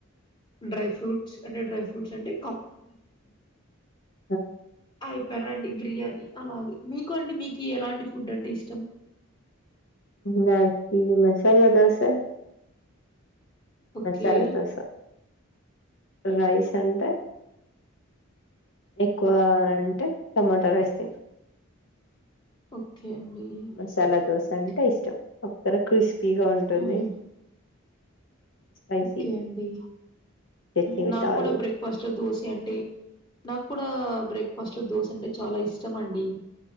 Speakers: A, on the left; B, on the left.
A: డ్రై ఫ్రూట్స్ అంటే డ్రై ఫ్రూట్స్ అంటే
B: హ
A: ఐపార్ అండి బిర్యానీ అలాగే మీకు అండి మీకి ఎలాంటి ఫుడ్ అంటే ఇష్టం
B: నాకీ మసాలా దోసె
A: ఓకే.
B: మసాలా దోస రైస్ అంటే ఎక్కువ అంటే టమటా రైస్ తి
A: ఓకే అండి.
B: మసాలా
A: హ్మ్.
B: దోశ అంటే ఇష్టం ఒక్కర క్రిస్పీగా ఉంటుంది
A: ఆహా!
B: స్పైసీ
A: ఓకే అండి
B: చట్నీ
A: ఉమ్
B: విత్
A: నాకు
B: ఆలు
A: కూడా బ్రేక్ఫాస్ట్ లో దోసి అంటే నాకు కూడా బ్రేక్ఫాస్ట్ లో దోశ అంటే చాలా ఇష్టం అండి